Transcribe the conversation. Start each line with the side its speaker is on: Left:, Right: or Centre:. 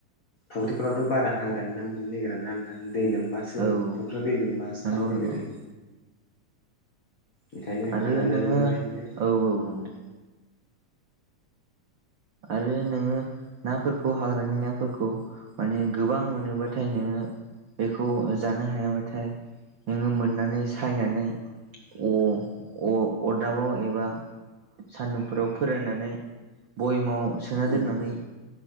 Left: फख्रिफोरावथ' बारा हाग्रानि ना मोननो नागिर ना नोंथां दै लोमबा सो
Right: औ
Left: फ'ख्रा दै लोमबासो
Right: नंगौ
Left: थानो
Right: नंगौ
Left: नागिरो। बेखायनो
Right: आरो
Left: हाग्रानि
Right: नोङो
Left: राजानो मा बिदिनो
Right: औ औ बुं नोंथां आरो नोङो नाफोरखौ हाग्रानि नाफोरखौ माने गोबां मोनोबाथाय नोङो बेखौ जानो हायाबाथाय नोङो मोननानै सायनानै अ-अरदाबाव एबा सान्दुंफोराव फोरनानै बयेमाव सोना
Left: उम
Right: दोननानै